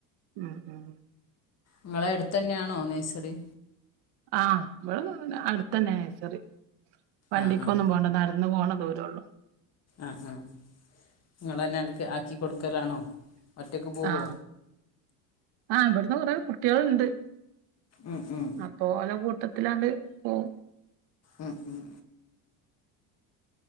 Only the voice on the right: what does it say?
ഉം ഉം
ആഹ് <unintelligible> അടുത്തന്നെ നഴ്സറി വണ്ടിക്കൊന്നും
പോണ്ട ന എന്നുപോണ ദൂരം ഒള്ളൂ.
ആഹ് ആഹ് ഇബ്ട്ന്ന് കൊറേ കുട്ട്യേൾണ്ട്.
അഹ് പ്പോ ഓല കൂട്ടത്തിലാണ്ട് പോവും.